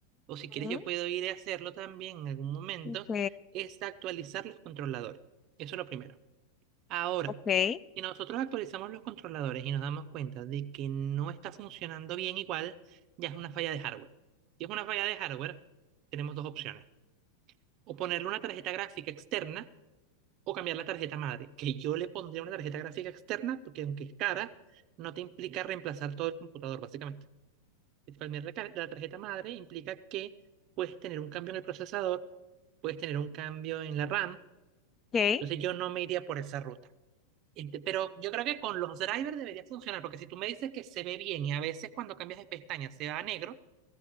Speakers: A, on the right; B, on the left.
A: o si quieres
B: Ujú,
A: yo puedo ir a hacerlo también en algún momento,
B: Ok.
A: es actualizar los controladores. Eso es lo primero. Ahora,
B: Ok.
A: si nosotros actualizamos los controladores y nos damos cuenta de que no está funcionando bien igual, ya es una falla de hardware. Si es una falla de hardware, tenemos dos opciones. O ponerle una tarjeta gráfica externa o cambiar la tarjeta madre, que yo le pondría una tarjeta gráfica externa porque aunque es cara, no te implica reemplazar todo el computador, básicamente. Es Cambiar la, ca- la tarjeta madre implica que puedes tener un cambio en el procesador, puedes tener un cambio en la RAM.
B: Ok.
A: Entonces yo no me iría por esa ruta. Este, Pero yo creo que con los drivers debería funcionar, porque si tú me dices que se ve bien y a veces cuando cambias de pestaña se va a negro,